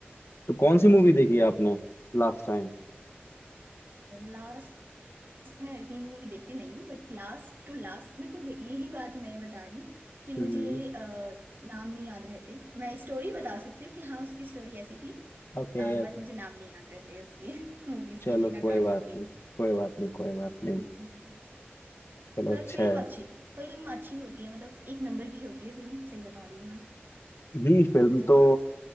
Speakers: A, on the left (about 75°); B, on the right (about 55°).
A: तो कौन सी
B: अच्छे
A: मूवी
B: लगती
A: देखी
B: है
A: आपने लास्ट टाइम
B: लास्ट मैं इतनी भी मूवी देखती नहीं हूँ बट लास्ट टू लास्ट मेरे को यही बात मैं बता रही हूँ कि मुझे
A: हम्म
B: अ, नाम नहीं याद रहते मैं स्टोरी बता सकती हूँ कि हाँ उसकी स्टोरी ऐसी थी
A: ओके
B: बट मुझे नाम नहीं याद रहते उसकी <laughs> मूवीज
A: चलो
B: के भी ना
A: कोई
B: गानों
A: बात
B: के
A: नहीं कोई बात नहीं कोई बात नहीं
B: हम्म।
A: चलो
B: पर
A: अच्छा
B: फिल्म
A: है
B: अच्छी थी फिल्म अच्छी होती है मतलब एक नंबर की होती है फिल्म सही बता रही हूँ मैं
A: हम्म फिल्म
B: झक्कास
A: तो